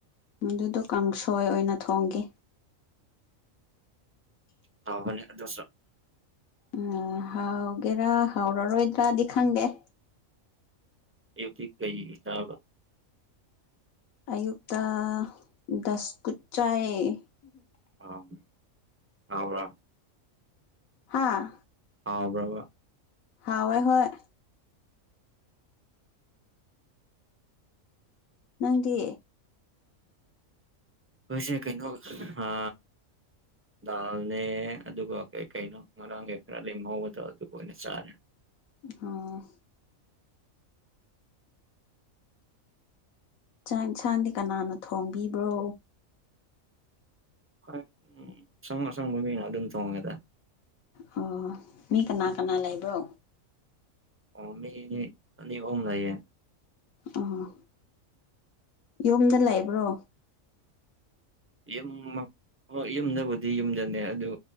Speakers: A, on the left; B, on the right.
A: ꯑꯗꯨꯗꯣ ꯀꯥꯡꯁꯣꯏ ꯑꯣꯏꯅ ꯊꯣꯡꯒꯦ
B: ꯍꯥꯎꯕꯅꯦ ꯑꯗꯣꯁꯨ
A: ꯎꯝ ꯍꯥꯎꯒꯦꯔꯥ ꯍꯥꯎꯔꯔꯣꯏꯗ꯭ꯔꯗꯤ ꯈꯪꯗꯦ
B: ꯑꯌꯨꯛꯇꯤ ꯀꯩ ꯆꯥꯕ
A: ꯑꯌꯨꯛꯇ ꯗꯁ ꯀꯨꯠ ꯆꯥꯏꯌꯦ
B: ꯑꯣ ꯍꯥꯎꯕ꯭ꯔꯣ
A: ꯍꯥꯥ
B: ꯍꯥꯎꯕ꯭ꯔꯕ
A: ꯍꯥꯎꯋꯦ ꯍꯣꯏ ꯅꯪꯗꯤ
B: ꯈꯣꯏꯁꯦ ꯀꯩꯅꯣ ꯑꯥ ꯗꯥꯜꯅꯦ ꯑꯗꯨꯒ ꯀꯩ ꯀꯩꯅꯣ ꯉꯔꯥꯡꯒꯤ ꯈꯔ ꯂꯦꯝꯍꯧꯕꯗꯣ ꯑꯗꯨꯒ ꯑꯣꯏꯅ ꯆꯥꯔꯦ
A: ꯑꯣ ꯆꯥꯛ ꯏꯟꯁꯥꯡꯗꯤ ꯀꯅꯥꯅ ꯊꯣꯡꯕꯤꯕ꯭ꯔꯣ
B: ꯈꯣꯏ <unintelligible> ꯑꯁꯪ ꯑꯁꯪꯕ ꯃꯤꯅ ꯑꯗꯨꯝ ꯊꯣꯡꯉꯦꯗ
A: ꯑꯣ ꯃꯤ ꯀꯅꯥ ꯀꯅꯥ ꯂꯩꯕ꯭ꯔꯣ
B: ꯑꯣ ꯃꯤꯅꯤ ꯑꯅꯤ ꯑꯍꯨꯝ ꯂꯩꯌꯦ
A: ꯑꯣ ꯌꯨꯝꯗ ꯂꯩꯕ꯭ꯔꯣ
B: ꯌꯨꯝꯃꯛ ꯍꯣꯏ ꯌꯨꯝꯗꯕꯨꯗꯤ ꯌꯨꯝꯗꯅꯦ ꯑꯗꯨ